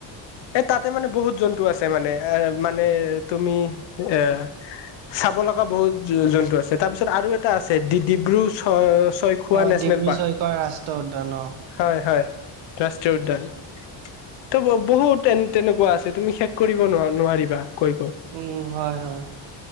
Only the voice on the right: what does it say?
অ
ডিব্ৰু
চৈখোৱা ৰাষ্ট্ৰীয় উদ্যান অ
উম, হয় হয়।